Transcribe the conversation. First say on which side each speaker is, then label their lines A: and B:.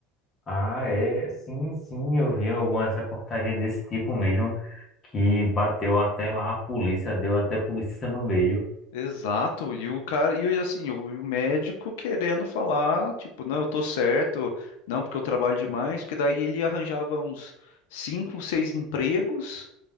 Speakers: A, on the left; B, on the left.
A: Ah, é, sim, sim, eu vi algumas reportagens desse tipo mesmo, que bateu até lá a polícia, deu até polícia no meio.
B: Exato, e o cara, e assim, o, e o médico querendo falar, tipo, não, eu tô certo, não, porque eu trabalho demais, porque daí ele arranjava uns cinco, seis empregos,